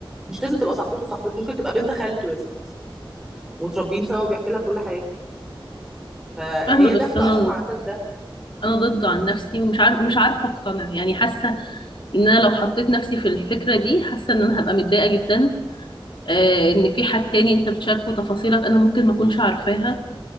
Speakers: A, in the centre; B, on the left (about 65°).
A: مش لازم تبقى صاحبته وصاحبته ممكن تبقى بنت خالته يا ستي ومتربيين سوا وبيحكي لها كل حاجه فهي
B: فاهمه بس
A: داخله
B: انا
A: اصلا على اساس ده
B: انا ضد عن نفسي ومش عارف مش عارفه اقتنع يعني حاسه ان انا لو حطيت نفسي في الفكره دي حاسه ان انا هبقى متضايقه جدا آه، ان في حد تاني انت بتشاركه تفاصيلك انا ممكن ما اكونش عارفاها